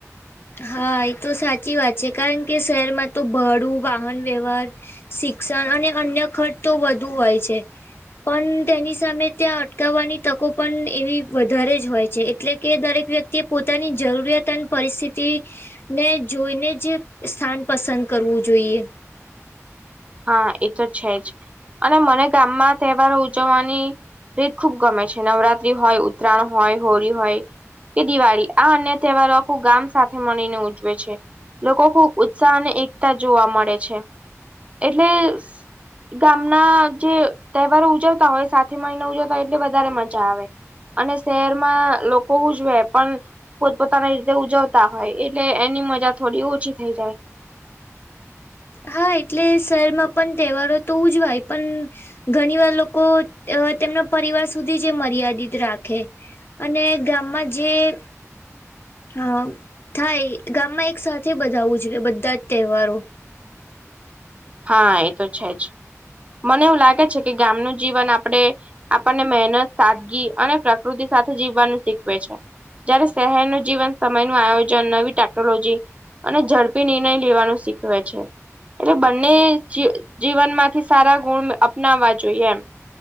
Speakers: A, on the left; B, on the right.
A: હા એ તો સાચી વાત છે કારણ કે શહેરમાં તો ભડું, વાહન વ્યવહાર શિક્ષણ અને અન્ય ખર્ચ તો વધુ હોય છે. પન તેની સામે ત્યાં અટકાવવાની તકો પણ એવી વધારે જ હોય છે. અ એટલે કે દરેક વ્યક્તિએ પોતાની જરૂરિયાત અને પરિસ્થિ તિ ને જોઈને જ સ્થાન પસંદ કરવું જોઈએ.
B: હા એ તો છે જ. અને મને ગામમાં તહેવારો ઉજવવાની રીત ખુબ ગમે છે નવરાત્રી હોય ઉતરાણ હોય હોળી હોય. કે દિવાળી આ અન્ય તહેવારો આખું ગામ સાથે મળીને ઉજવે છે. લોકો ખુબ ઉત્સાહ અને એકતા જોવા મળે છે. એટલે સ ગામના જે તહેવારો ઉજવતા હોય સાથે મળીને ઉજવતા હોય એટલે વધારે મજા આવે. અને શહેરમાં લોકો ઉજવે પણ પોતપોતાની રીતે ઉજવતા હોય એટલે એની મજા થોડી ઓછી થઈ જાય.
A: હા એટલે શહેરમાં પણ તહેવારો તો ઉજવાય પણ ઘણી વાર લોકો તેમના પરિવાર સુધી જે મર્યાદિત રાખે અને ગામમાં જીયે હા થાય ગામમાં એક સાથે બધા આવવું જોઈએ બધા જ તહેવારો
B: હા એ તો છે જ મને એવું લાગે છે કે ગામનું જીવન આપડે આપણને મહેનત સાદગી અને પ્રકૃતિ સાથે જીવવાનું શીખવે છે જયારે શહેરનું જીવન સમય નું આયોજન નવી ટેકનોલોજી અને ઝડપી નિર્ણય લેવાનું શીખવે છે એટલે જીવનમાંથી સારા ગુણ અપનાવવા જોઈએ એમ